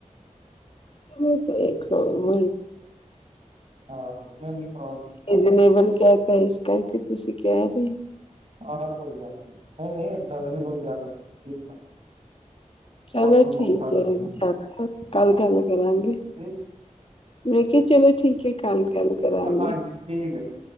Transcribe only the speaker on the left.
ਚ' ਦੇਖ ਲੈ ਮ।
ਰੀਜਨੇਬਲ ਕਹਿ ਤਾ ਇਸ ਕਰਕੇ ਤੁਸੀਂ ਕਹਿ ਰਹੇ।
ਚਲੋ,
ਠੀਕ
ਹੈ।
ਹੁਣ ਰਖੋ ਕੱਲ ਗੱਲ
ਕਰਾਂਗੇ। ਮੈਂ ਕਿਹਾ, ਚਲੋ ਠੀਕ ਹੈ। ਕੱਲ ਗੱਲ ਕਰਾਂਗੇ।